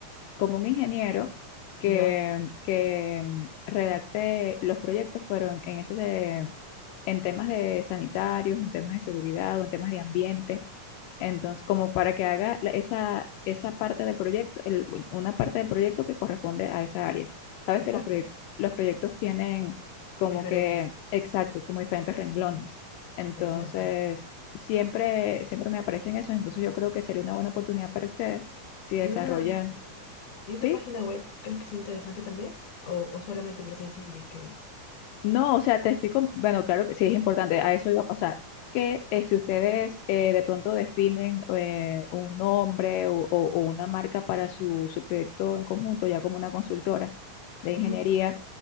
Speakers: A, on the left; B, on the left.
A: como un ingeniero que,
B: ya,
A: que mm, redacte los proyectos, pero en, en, ese de- en temas de sanitarios, en temas de seguridad o en temas de ambiente. Entonces, como para que haga la- esa, esa parte del proyecto, el- una parte del proyecto que corresponde a esa área. Sabes
B: exacto,
A: que los, proyectos los proyectos tienen como
B: diferentes,
A: que, exacto, como diferentes renglones. Entonces,
B: exacto.
A: siempre, siempre me aparecen esos. Entonces, yo creo que sería una buena oportunidad para ustedes si desarrollan,
B: ¿Y una, y una
A: ¿sí?
B: página web crees que sea interesante también? ¿O, o solamente presencia en LinkedIn?
A: No, o sea, te estoy con... Bueno, claro que sí es importante, a eso iba a pasar. Que eh, si ustedes eh, de pronto definen eh, un nombre o, o- o una marca para su, su proyecto en conjunto, ya como una consultora de
B: Ujú,
A: ingeniería,